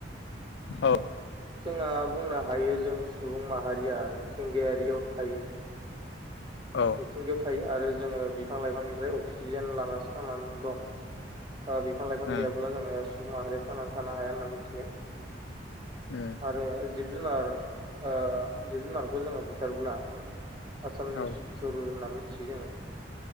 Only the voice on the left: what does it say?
औ
औ
उम
उम
औ